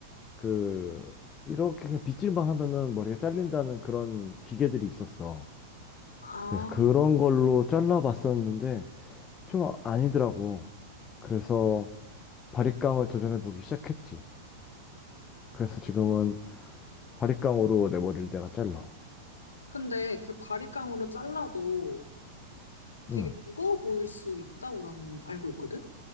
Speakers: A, on the left; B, on the left.
A: 그 이렇게 그냥 빗질만 하면은 머리가 잘린다는 그런 기계들이 있었어.
B: 아,
A: 그래서 그런 걸로 잘라봤었는데 좀 아니더라고. 그래서 바리깡을 도전해보기 시작했지. 그래서 지금은
B: 응.
A: 바리깡으로 내 머리를 내가 잘라.
B: 근데 그 바리깡으로 잘라도 되게
A: 응.
B: 무거워 보일 수 있다고 나는 알고 있거든?